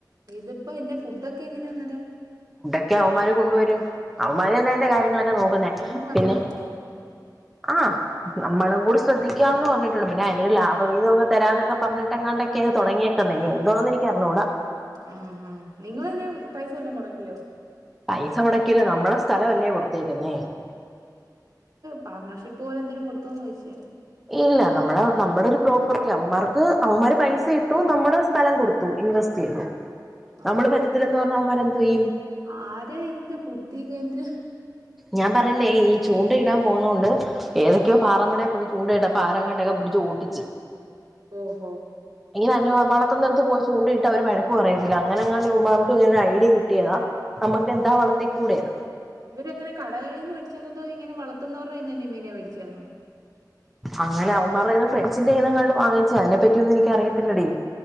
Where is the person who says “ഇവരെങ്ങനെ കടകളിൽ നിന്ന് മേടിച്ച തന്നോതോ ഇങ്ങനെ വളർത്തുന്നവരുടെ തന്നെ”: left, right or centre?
Right